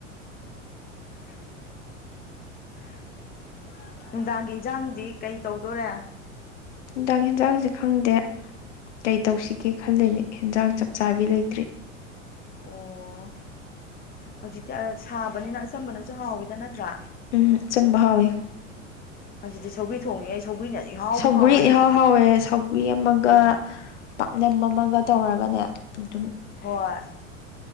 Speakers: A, on the left; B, on the left.
A: <unintelligible> ꯅꯨꯡꯗꯥꯡꯒꯤ ꯏꯟꯁꯥꯡꯗꯤ ꯀꯩ ꯇꯧꯗꯣꯔꯦ
B: ꯍꯟꯗꯥꯛ ꯌꯦꯦꯟꯁꯥꯡꯁ ꯈꯪꯗꯦ ꯀꯩ ꯇꯧꯁꯤꯒꯦ ꯈꯜꯂꯤꯅꯦ ꯍꯟꯖꯥꯡ ꯆꯞ ꯆꯥꯕꯤ ꯂꯩꯇ꯭ꯔꯤ
A: ꯑꯣ ꯍꯧꯖꯤꯛꯇꯤ ꯁꯥꯕꯅꯤꯅ ꯑꯆꯝꯕꯅꯁꯨ ꯍꯥꯎꯋꯤꯗ ꯅꯠꯇ꯭ꯔꯥ
B: ꯎꯝꯆꯨꯝꯕ ꯍꯥꯎꯋꯦ
A: ꯍꯧꯖꯤꯛꯇꯤ ꯁꯧꯒ꯭ꯔꯤ ꯊꯣꯡꯉꯤꯉꯩ ꯁꯧꯒ꯭ꯔꯤꯅ ꯏꯍꯥꯎꯕꯨ
B: ꯁꯧꯒ꯭ꯔꯤ
A: ꯍꯥꯎꯔꯦ ꯍꯧꯖꯤꯛꯇꯤ
B: ꯏꯍꯥꯎ ꯍꯥꯎꯋꯦ ꯁꯧꯒ꯭ꯔꯤ ꯑꯃꯒ
A: ꯎꯝ
B: ꯄꯥꯛꯅꯝ ꯑꯃꯒ ꯇꯧꯔꯒꯅꯦ ꯑꯗꯨꯝ
A: ꯍ